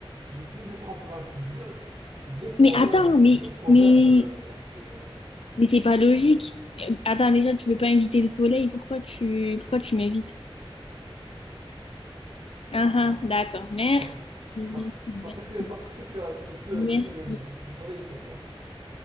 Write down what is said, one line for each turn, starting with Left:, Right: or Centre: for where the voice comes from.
Right: j'ai pu mettre en place deux, deux proverbes,
Left: Mais attends, mais,
Right: deux proverbes
Left: mais,
Right: euh, donc euh,
Left: mais c'est pas logique. Euh, Attends, déjà, tu veux pas inviter le soleil, pourquoi tu, pourquoi tu m'invites? Ah ah,
Right: par-
Left: d'accord, merci,
Right: par- parce,
Left: merci,
Right: parce que parce que tu as tu peux
Left: merci.
Right: tu peux venir, le soleil il peut pas.